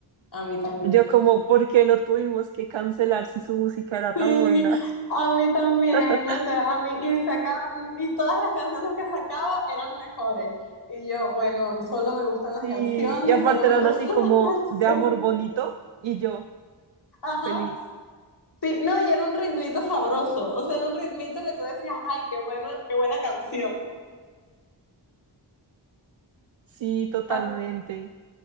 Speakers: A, on the left; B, on the right.
A: a mí también.
B: Yo
A: <laughs>
B: como, ¿por qué lo tuvimos que cancelar si su música era
A: Sí,
B: tan buena?
A: a mí también,
B: <laughs>
A: o sea, a mí, y sacaba, y todas las canciones que sacaba eran mejores. Y yo, bueno, solo me gustan
B: Sí,
A: las canciones,
B: y aparte
A: solo me
B: eran
A: <laughs> gustan
B: así como
A: las canciones.
B: de amor bonito y yo
A: Ajá.
B: feliz.
A: Sí, no, y era un ritmito sabroso, o sea, era un ritmito que tú decías, ay, qué bueno, qué buena canción.
B: Sí, totalmente.
A: Ah,